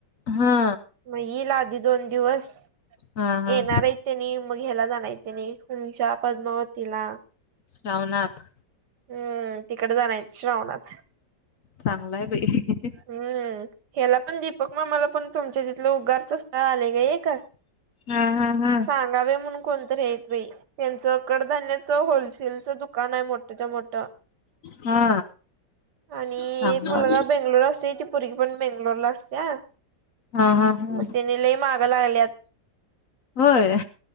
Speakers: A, on the left; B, on the right.
A: हा
B: मग येईल आधी दोन दिवस
A: हा हा
B: येणार आहे त्यांनी मग घ्यायला जाण त्यानी तंच्या पद्मावतीला
A: श्रवनाथ
B: हम्म तिकडे जानारये श्रावणात
A: चांगल आहे बाई.
B: हम् ह्याला पण दीपक मामाला पण तुमच्या तिथलं उगारच स्थळ आलाय की. वेळ आहे का
A: हा हा हा
B: सांगा बाई म्हणून कोणतरीं आहे त्यांचं कडधान्याच होलसेलचं दुकान आहे मोठ्याच्या मोठं.
A: हा
B: आणि
A: सांगा
B: एक मुलगा
A: आलो.
B: बेंगलोर असतोय ती पोरगी पण बेंगलोरला असत्या,
A: हा हा हा
B: मगं तेनी लय माग माग लागल्यात.
A: होय.